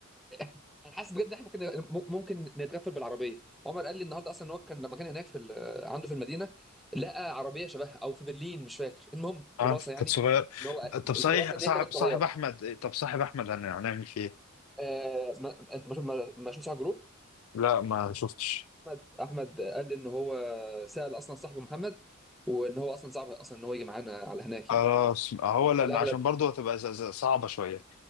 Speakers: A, in the centre; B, on the left (about 75°).
A: <laughs> انا حاسس بجد ان احنا ممكن ممكن نتغفل بالعربيه عمر قال لي النهارده اصلا ان هو كان لما كان هناك في ال- عنده في المدينه لقى عربيه شبهها او في برلين مش فاكر المهم خلاصه
B: اه
A: يعني
B: كانت صغيره
A: ان هو
B: طب صحيح
A: الخلاصه ان
B: صاحب
A: هي كانت
B: صاحب
A: صغيره
B: احمد إيه؟ طب صاحب احمد هن- هنعمل فيه ايه
A: آه، ما انت ما شوف- ما- ما شفتش على الجروب
B: لا ما شفتش
A: احمد احمد قال لي ان هو سال اصلا صاحبه محمد وان هو اصلا صعب اصلا ان هو يجي معانا على هناك
B: خلاص
A: يعني
B: هو لان
A: في الاغلب
B: عشان برضه هتبقى ز- ز- صعبه شويه